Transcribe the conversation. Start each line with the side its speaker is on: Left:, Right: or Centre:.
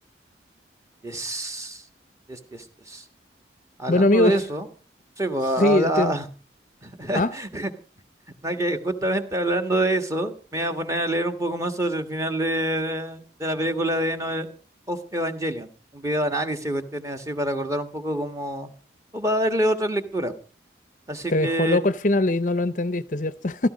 Right: Yes. Yes, yes, yes. Hablando
Left: Bueno, amigos,
Right: de eso,
Left: <laughs>
Right: sí, pues,
Left: sí,
Right: habla-
Left: te,
Right: <laughs>
Left: ah,
Right: No, que justamente hablando de eso, me voy a poner a leer un poco más sobre el final de, de la película de End of Evangelion. Un video de análisis, cuestiones así, para acordar un poco como... o para darle otra lectura. Así
Left: te
Right: que,
Left: dejó loco al final y no lo entendiste, ¿cierto?